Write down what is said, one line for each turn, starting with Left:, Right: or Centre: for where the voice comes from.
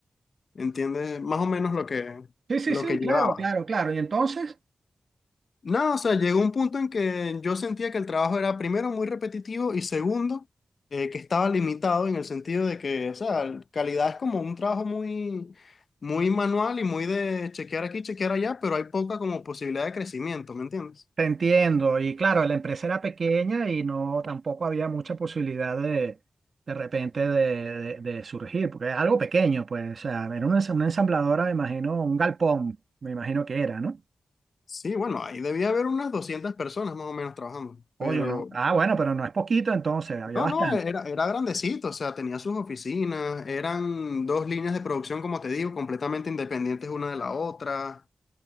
Left: ¿Entiendes? Más o menos lo que,
Right: Sí, sí,
Left: lo
Right: sí,
Left: que llevaba.
Right: claro, claro, claro. ¿Y entonces?
Left: No, o sea, llegó un punto en que yo sentía que el trabajo era primero muy repetitivo y segundo, eh, que estaba limitado en el sentido de que, o sea, calidad es como un trabajo muy, muy manual y muy de chequear aquí, chequear allá, pero hay poca como posibilidad de crecimiento, ¿me entiendes?
Right: Te entiendo. Y claro, la empresa era pequeña y no tampoco había mucha posibilidad de de repente de, de- de surgir, porque es algo pequeño, pues. O sea, era una, ens- una ensambladora, me imagino, un galpón, me imagino que era, ¿no?
Left: Sí, bueno, ahí debía haber unas 200 personas más o menos trabajando,
Right: O
Left: pero
Right: yo no. Ah, bueno, pero no es poquito entonces, había
Left: no,
Right: bastante.
Left: no, e-, era, era grandecito, o sea, tenía sus oficinas, eran dos líneas de producción, como te digo, completamente independientes una de la otra.